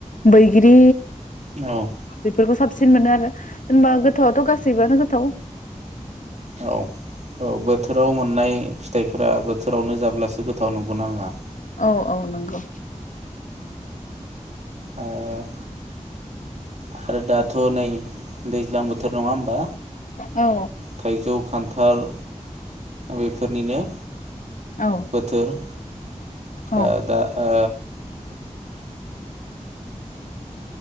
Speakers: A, on the left (about 75°); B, on the right (about 60°).
A: बैग्रि
B: औ
A: बेफोरखौ साबसि सिन मोनो आरो जेनबा गोथावथ गासैबोआनो गोथाव।
B: औ औ बोथोराव मोननाय फिथाइफोरा बोथोरावनो जाब्लासो गोथाव नंगौना नङा?
A: औ औ नंगौ।
B: आ ह आरो दाथ नै दैज्लां बोथ थोर नङा ओमबा
A: औ
B: थाइजौ खान्थाल बेफोरनिनो
A: औ
B: बोथोर
A: औ
B: ओ दा ओ